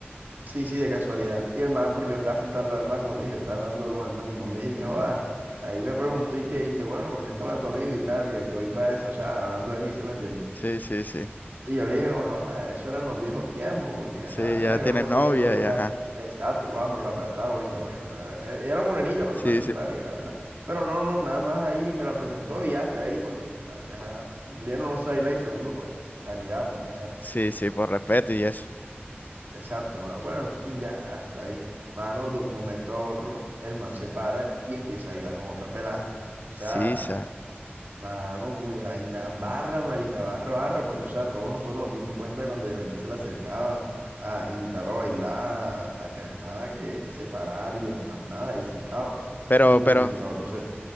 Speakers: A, on the right (about 55°); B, on the left (about 45°).
A: Sí, sí, de casualidad. Y el man, porque yo estaba sentado al lado del man, como te dije, yo estaba hablando con el man y el man me dijo, joda, ahí me preguntó y que, y que bueno, preséntame a tu amigo y tal, que, que voy para eso, o sea, hablando de mí, ¿sí me entiendes?
B: Sí, sí, sí.
A: Y yo le dije como que, ah, eso eran los viejos tiempos, porque,
B: Sí,
A: ajá, tú sabes
B: ya
A: que
B: tienes
A: ahora uno
B: novia
A: tiene novia y
B: y
A: tal.
B: ajá.
A: Exacto, ah, pero la pela estaba bonita, porque la pela era, era morenita, pero
B: Sí,
A: era simpática,
B: sí.
A: la verdad. Pero no, no, nada más ahí me la presentó y hasta ahí, porque, sabes que, ajá, primero no sé bailar y segundo, pues, sanidad, porque, ajá.
B: Sí, sí, por respeto y eso.
A: Exacto, mano. Bueno, en fin, ya hasta ahí. Mano, de un momento a otro, el man se para y empieza a ir a con otra pelada. O sea,
B: Sí, sa.
A: mano, cule vaina, barra, marica, barra, barra, porque, o sea, todos nosotros nos dimos cuenta cuando Geraldine se le acercaba a invitarlo a bailar, a que, ajá, que se parara y el man nada, ahí sentado.
B: Pero,
A: Y de un
B: pero,
A: momento a otro se...